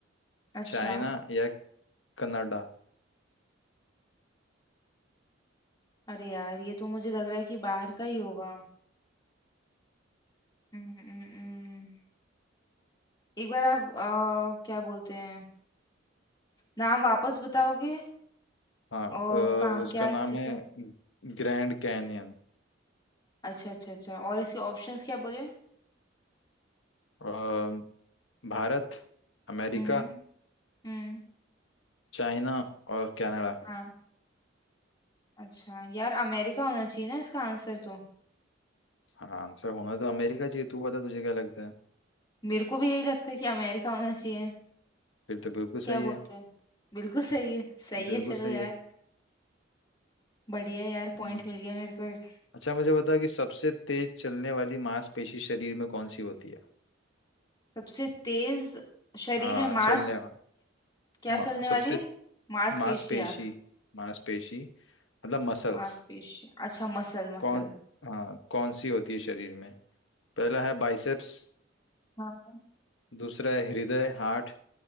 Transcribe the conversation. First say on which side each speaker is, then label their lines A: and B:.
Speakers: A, on the left (about 20°); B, on the left (about 75°).
A: अच्छा
B: चाइना या कनाडा
A: अरे यार ये तो मुझे लग रहा है कि बाहर का ही होगा हम्म, हम्म, हम्म। एक बार आप अ, क्या बोलते हैं नाम वापस बताओगे
B: हाँ
A: और
B: अ,
A: कहाँ
B: उसका
A: क्या
B: नाम
A: स्थित
B: है
A: है
B: ग्रैंड कैनियन
A: अच्छा अच्छा अच्छा और इसके ऑप्शंस क्या बोले
B: अ, भारत अमेरिका
A: हम्म हम्म
B: चाइना और कनाडा
A: हाँ अच्छा यार अमेरिका होना चाहिए ना इसका आंसर तो
B: हाँ आंसर होना तो अमेरिका चाहिए तू बता तुझे क्या लगता है
A: मेरे को भी यही लगता है कि अमेरिका होना चाहिए
B: फिर तो बिल्कुल सही
A: क्या बोलते
B: है
A: हैं बिल्कुल सही है सही
B: बिल्कुल
A: है चलो
B: सही
A: यार
B: है
A: बढ़िया यार पॉइंट
B: हम्म।
A: मिल गया मेरे को एक।
B: अच्छा मुझे बता कि सबसे तेज चलने वाली मांसपेशी शरीर में कौन सी होती है
A: सबसे तेज शरीर
B: हाँ
A: में मांस
B: चलने वा-
A: क्या
B: मा,
A: चलने
B: सबसे
A: वाली मांसपेशियां
B: मांसपेशी मांसपेशी मतलब मसल्स
A: मांसपेशियां अच्छा मसल मसल
B: कौन हाँ कौन सी होती है शरीर में पहला है बाइसेप्स
A: हाँ
B: दूसरा है हृदय हार्ट